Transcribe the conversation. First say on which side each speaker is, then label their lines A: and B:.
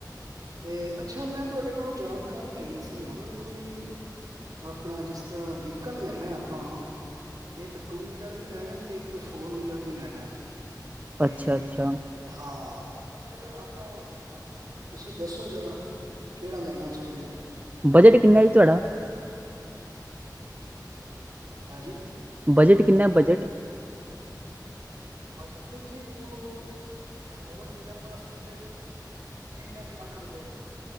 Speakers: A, on the right; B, on the right.
A: ਤੇ ਅੱਛਾ, ਮੈਂ ਤੁਵਾਡੇ ਕੋਲੋਂ ਜਾਣਕਾਰੀ ਲੈਣੀ ਸੀ ਯਾਰ ਔਏ ਕੋਈ ਆਪਣਾ ਜਿਸ ਤਰ੍ਹਾਂ ਵੀਕਲ ਲੈਣੈ ਆਪਾਂ ਇੱਕ ਟੂ ਵੀਲਰ ਵੀ ਲੈਣੈ ਤੇ ਇੱਕ ਫੋਰ ਵੀਲਰ ਵੀ ਲੈਣੈ। ਤੇ
B: ਅੱਛਾ, ਅੱਛਾ
A: ਹਾਂ। ਔ ਫੇਰ ਆਪਾਂ ਤੁਸੀਂ ਦੱਸੋ ਜ਼ਰਾ ਕੇੜਾ ਲੈਣਾ ਚਾਈਦੈ।
B: ਬਜਟ ਕਿੰਨਾ ਜੀ ਤੁਹਾਡਾ?
A: ਹਾਜੀ।
B: ਬਜਟ ਕਿੰਨਾ ਬਜਟ?
A: ਬਜਟ ਜੀ ਵੇਖੋ ਫੋਰ ਵੀਲਰ ਵਾਸਤੇ ਤੇ ਤਿੰਨ ਏਕ ਲੱਖ ਰੁਪਏ।